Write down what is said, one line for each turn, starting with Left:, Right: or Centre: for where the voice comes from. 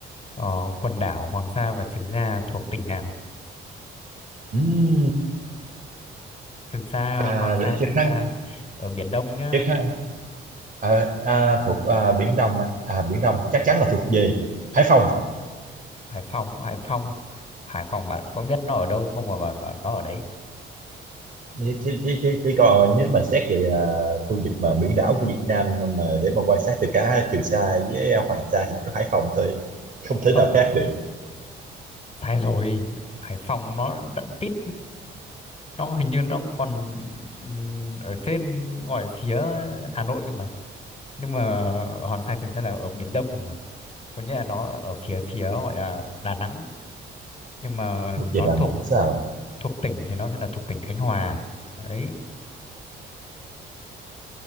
Left: ờ, quần đảo Hoàng Sa và Trường Sa thuộc tỉnh nào?
Right: Ừm,
Left: Trường Sa,
Right: à
Left: Hoàng Sa,
Right: để chiếc
Left: Trường
Right: khăn
Left: Sa ở Biển Đông nhá.
Right: chiếc khăn Ờ, à, thuộc à, Biển Đông hả? à Biển Đông chắc chắn là thuộc về Hải Phòng
Left: Hải Phòng, Hải Phòng, Hải Phòng bạn có biết nó ở đâu không mà bạn bảo nó ở đấy?
Right: chỉ, chỉ, chỉ, chỉ còn nếu mà xét về à, khu vực mà biển đảo của Việt Nam mà để mà quan sát từ cả Trường Sa với à, Hoàng Sa thì chỉ có Hải Phòng thôi không thể
Left: Ơ,
Right: nào khác được
Left: sai rồi. Hải Phòng nó tận tít nó hình như nó còn ừm, ở trên ngoài phía Hà Nội cơ mà. Nhưng mà Hoàng Sa Trường Sa là ở Biển Đông mà. có nghĩa là nó ở phía phía gọi là Đà Nẵng nhưng mà
Right: thuộc
Left: nó
Right: về Đà
Left: thuộc
Right: Nẵng sao
Left: thuộc tỉnh thì nó sẽ là thuộc tỉnh Khánh Hòa đấy